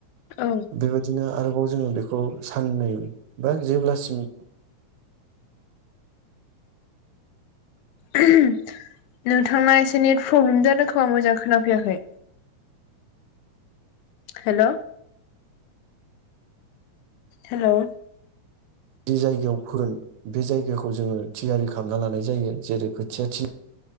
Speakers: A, on the left (about 80°); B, on the right (about 80°).
A: औ
B: बेबायदिनो आरोबाव जोङो बेखौ साननै बा जेब्लासिम
A: नोंथांना एसे नेट प्रब्लेम जादों खोमा मोजां खोनाफैयाखै। हेल' हेल'
B: जि जायगायाव फोगोन बे जायगाखौ जोङो थियारि खालामना लानाय जायो जेरै खोथिया थिल